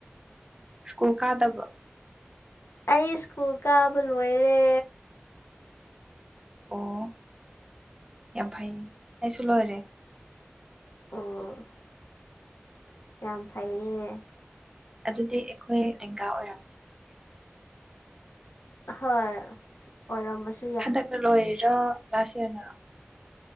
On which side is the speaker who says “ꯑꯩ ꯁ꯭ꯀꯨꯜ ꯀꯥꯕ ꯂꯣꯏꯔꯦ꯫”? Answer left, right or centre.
Left